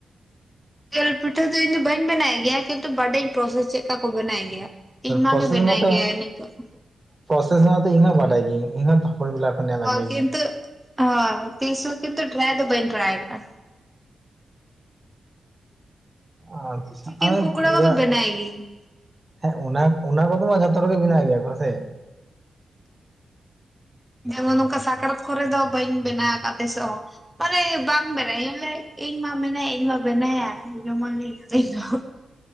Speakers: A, in the centre; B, on the right.
A: ᱡᱮᱞ ᱯᱤᱴᱷᱟᱹ ᱫᱚ ᱤᱧ ᱫᱚ ᱵᱟᱹᱧ ᱵᱮᱱᱟᱣ ᱜᱮᱭᱟ ᱠᱤᱱᱛᱩ ᱵᱟᱰᱟᱭᱤᱧ ᱯᱨᱚᱥᱮᱥ ᱪᱮᱫᱠᱟ ᱠᱚ ᱵᱮᱱᱟᱣᱮᱫ ᱜᱮᱭᱟ᱾ ᱤᱧ ᱢᱟ
B: ᱯᱨᱚᱥᱮᱥ
A: ᱜᱮ ᱵᱮᱱᱟᱭ
B: ᱢᱟᱛᱚ
A: ᱜᱮᱭᱟᱭ ᱱᱤᱝ ᱠᱟᱹᱜ᱾
B: ᱯᱨᱚᱥᱮᱥ ᱢᱟᱛᱚ ᱤᱧ ᱦᱚᱸ ᱵᱟᱰᱟᱭ ᱜᱮᱭᱟᱹᱧ ᱤᱧᱦᱚᱸ ᱛᱷᱟᱯᱚᱱ ᱵᱮᱞᱟ ᱠᱷᱚᱱ ᱧᱮᱞ
A: ᱦᱚᱸ
B: ᱟᱹᱜᱩᱭᱫᱤᱧ
A: ᱠᱤᱱᱛᱩ ᱦᱚᱸ ᱛᱤᱥ ᱦᱚᱸ ᱠᱤᱱᱛᱩ ᱴᱨᱟᱭ ᱫᱚ ᱵᱟᱹᱧ ᱴᱨᱟᱭ ᱟᱠᱟᱜ-ᱟ᱾
B: ᱟᱪᱪᱷᱟ
A: ᱪᱤᱠᱮᱱ
B: ᱟᱫᱚ
A: ᱯᱚᱠᱳᱲᱟ ᱠᱚᱫᱚ
B: ᱡᱟᱭᱦᱳᱠ᱾
A: ᱵᱮᱱᱟᱭ ᱜᱤᱭᱟᱹᱧ
B: ᱦᱮᱸ ᱚᱱᱟ ᱚᱱᱟ ᱠᱚᱫᱚ ᱢᱟ ᱡᱷᱚᱛᱚ ᱨᱮᱜᱮ ᱢᱮᱱᱟᱜ ᱜᱮᱭᱟ ᱵᱟᱥᱮ?
A: ᱦᱮᱸ ᱡᱮᱢᱚᱱ ᱱᱚᱝᱠᱟ ᱥᱟᱠᱨᱟᱛ ᱠᱚᱨᱮ ᱫᱚ ᱵᱟᱹᱧ ᱵᱮᱱᱟᱣ ᱟᱠᱟᱫ ᱛᱤᱥᱚᱜ ᱦᱚᱸ᱾ ᱢᱟᱱᱮ ᱵᱟᱝ ᱵᱮᱱᱟᱭᱟ ᱞᱮ ᱤᱧ ᱢᱟ ᱢᱮᱱᱟᱭᱟ ᱤᱧ ᱢᱟ ᱵᱮᱱᱟᱭᱟᱭ ᱡᱚᱢᱟᱞᱤᱧ ᱟᱹᱞᱤᱧᱫᱚ᱾